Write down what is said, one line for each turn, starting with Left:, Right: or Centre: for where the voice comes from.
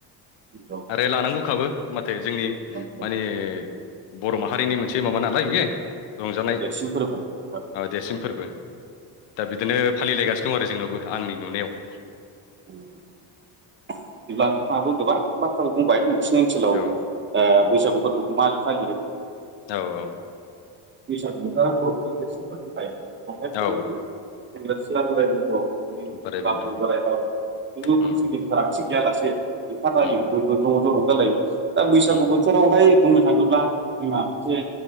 Right: नंगौ
Left: आरो लानांगौखाबो माथो जोंनि
Right: नंगौ नंगौ
Left: मा ने बर' माहारिनि मोनसे माबा नालाय बियो। रंजानाय
Right: देरसिन फोरबो औ नंगौ
Left: देरसिन ओ फोरबो। दा बिदिनो फालिलायगासिनो दं आरो जोंनावबो आंनि नुनायाव।
Right: बिदिब्ला नोंथाङाबो गोबां बाथ्राखौ बुंबाय। सिनि ओनसोलाव
Left: औ
Right: ओ बैसागु फोरबोखौ मालै फालियो?
Left: औ औ।
Right: बैसाग बोथोरा बर'फोरनि देरसिनफोरखाय बावहाय
Left: औ
Right: बयबो सेंग्रा सिख्ला बोराय बेनथ बुरि
Left: औ बोराय बेन्थ'
Right: बाबो बोराय बाबो खुनु
Left: उम
Right: बैसोनि फोरागथि गैयालासे ओंखार
Left: उम
Right: लायो बयबो ज' जर' जालायो दा बैसागु
Left: उम
Right: बोथोरावहाय बुंनो थाङोब्ला जोंना मोनसे